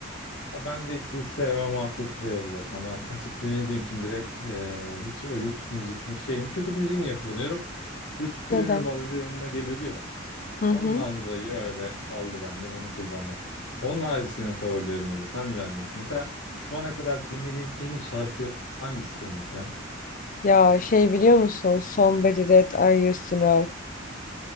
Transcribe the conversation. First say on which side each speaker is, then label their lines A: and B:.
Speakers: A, on the left (about 70°); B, on the left (about 40°).
A: Ha, ben de hiç listeleme muhabbeti de yok zaten. Ben açıp dinlediğim için direkt e, hiç o YouTube müzikmiş şeymiş. YouTube müziği niye kullanıyorum? YouTube Premium
B: Neden?
A: alınca yanına geliyordu ya.
B: Hı
A: Ondan
B: hı.
A: dolayı öyle kaldı bende bunu kullanmak. Onun harici senin favorilerin nedir? Sen neler dinliyorsun? Mesela şu ana kadar dinlediğin en iyi şarkı hangisidir mesela?
B: Ya şey biliyor musun? Somebody That I Used To Know.